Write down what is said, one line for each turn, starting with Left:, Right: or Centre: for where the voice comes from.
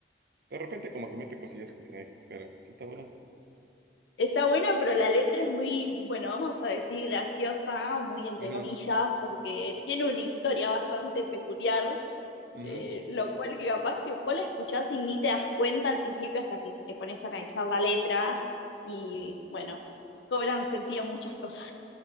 Right: De repente como que mete cosillas que, ay, pero sí está buena.
Left: Está bueno, pero la letra es muy, bueno, vamos a decir graciosa, muy entre
Right: Ujú,
Left: comillas, porque tiene una historia bastante peculiar,
Right: ujú.
Left: eh, lo cual que capaz que vos la escuchás y ni te das cuenta al principio hasta que te pones a analizar la letra y, bueno, cobran sentido muchas cosas.